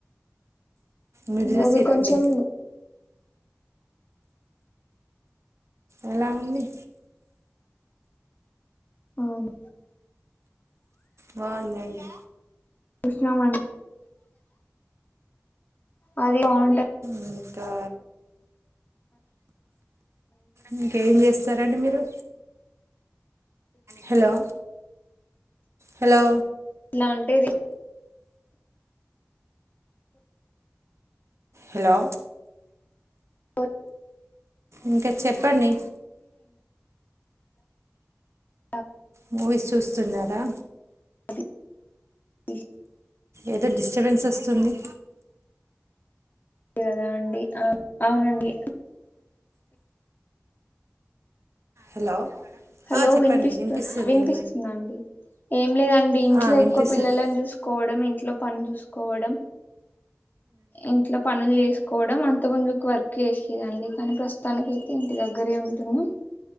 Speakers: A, on the right; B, on the left.
A: మీరు చూసిరా
B: అది కొంచెం
A: అండి ఎలా ఉంది
B: హ్మ్మ్
A: బాగుందండి
B: చూస్తున్నాము ఆ ఫ్రీగా ఉంటే
A: ఇంకా ఇంకేం చేస్తారండి మీరు హలో హలో
B: ఎట్లా అంటే రీ
A: హలో
B: బో
A: ఇంకా చెప్పండి
B: అ
A: మూవీస్ చూస్తున్నారా
B: అది
A: ఏదో డిస్టర్బెన్స్ వస్తుంది.
B: అదా అండి ఆ అవునండి
A: హలో
B: హలో
A: ఆ చెప్పండి
B: వినిపిస్త
A: వినిపిస్తుంది
B: వినిపిస్తుందా అండి ఏం లే అండి ఇంట్లో
A: ఆ వినిపిస్తుంది
B: ఎక్కువ పిల్లలను చూస్కోవడం ఇంట్లో పన్ జూస్కోవడం. ఇంట్లో పనులు చేస్ కోవడం. అంత ముందు ఒక వర్క్ చేసేదండి కానీ ప్రస్తుతానికైతే ఇంటి దగ్గరే ఉంటున్నా